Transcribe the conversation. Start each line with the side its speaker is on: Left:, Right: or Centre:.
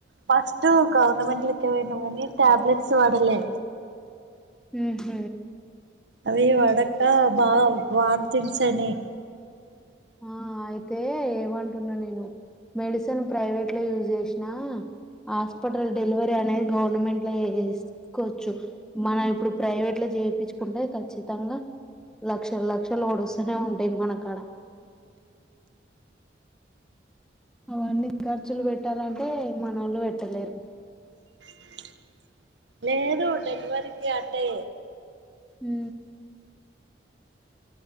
Right: ఫస్ట్ గవర్నమెంట్ లకే పోయినా కానీ టాబ్లెట్స్ వాడలే
Centre: హ హ
Right: అవి పడక బాగా వామ్ థింగ్స్ అయినయ్
Centre: ఆ అయితే ఏమంటున్నా నేను మెడిసిన్ ప్రైవేట్ లది యూజ్ చేసినా హాస్పిటల్ డెలివరీ అనేది గవర్నమెంట్ లో యూస్ వేసుకోవచ్చు మనం ఇప్పుడు ప్రైవేట్ లో చేపిచ్చుకుంటే ఖచ్చితంగా లక్షల లక్షలు ఓడుస్తూనే ఉంటాయి మన కాడ అవన్నీ ఖర్చులు పెట్టాలంటే మన వాళ్ళు పెట్టలేరు
Right: <unintelligible> లేదు డెలివరీ కి అటే
Centre: హూ